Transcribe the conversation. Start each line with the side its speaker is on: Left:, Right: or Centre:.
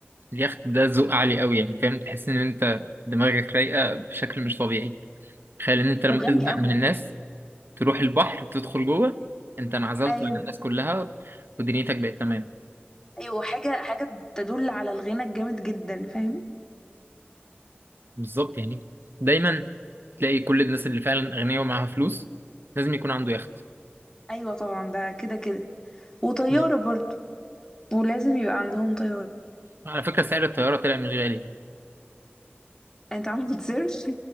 Right: اليخت ده ذوق عالي قوي يعني فاهم تحس ان انت دماغك رايقه بشكل مش طبيعي تخيل ان انت
Left: وغني
Right: لما تزهق
Left: قوي
Right: من الناس تروح البحر تدخل جوه انت انعزلت
Left: ايوه
Right: عن الناس كلها ودنيتك بقت تمام
Left: ايوه حاجه حاجه تدل على الغنى الجامد جدا فاهم
Right: بالظبط يعني دايما تلاقي كل الناس اللي فعلا اغنياء ومعاها فلوس لازم يكون عنده يخت
Left: ايوه طبعا ده كده كده وطياره
Right: مم.
Left: برضو ولازم يبقى عندهم طياره
Right: على فكره سعر الطياره طلع مش غالي يعني
Left: يعني انت عامل سيرش